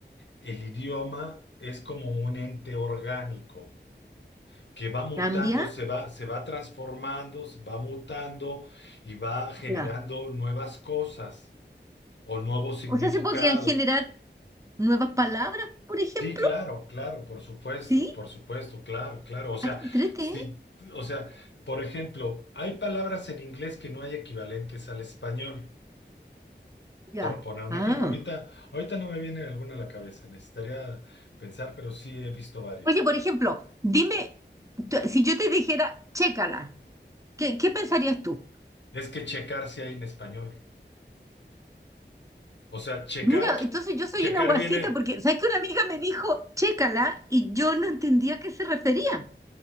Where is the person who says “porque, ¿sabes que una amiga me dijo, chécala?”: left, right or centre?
Right